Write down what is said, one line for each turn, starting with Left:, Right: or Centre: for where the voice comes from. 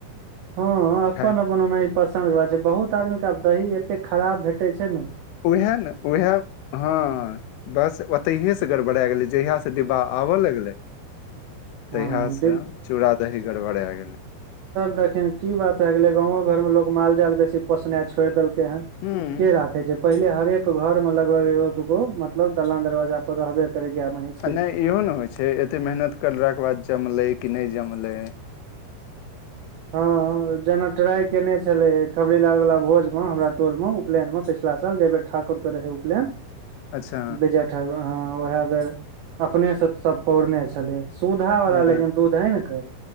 Right: हऽ अपन
Left: खाय
Right: अपन ओनाही पसन्द कऽ बात छै बहुत आदमी कऽ आब दही एते खराब भेटै छै न
Left: उहै न उहै हऽ बस ओतैहे से गड़बड़ा गेलै जहिया से डिब्बा आब लग लै तहिया
Right: हँ
Left: से चूड़ा दही गरबड़ा गेलै
Right: दखिन की बात भै गेलै गांवो घर में लोग माल जाल बेसी पोसनाय छोड़ देलकै हन
Left: हूँ
Right: केँ राखेै जे पहिले हरेक घर में लगभग एगो दूगो मतलब दलान दरवाजा पर रहबे करै गैऽ महिस
Left: आ नै इहो न होइ छै एतेक मेहनत करला कऽ बाद जमलै कि नै जमलै
Right: हँ हँ जनक ट्राई केने छलै खबरी लाल वला भोज हमरा टोल म उपलैन म पछिला साल जा बेर ठाकुर कऽ रहय उपलैन <inaudible>
Left: अच्छा
Right: विजय ठाकुर हँ ओ है बेर अपने से सब पौरने छलै सुधा वाला
Left: हँ
Right: लेकिन दूध आइन कऽ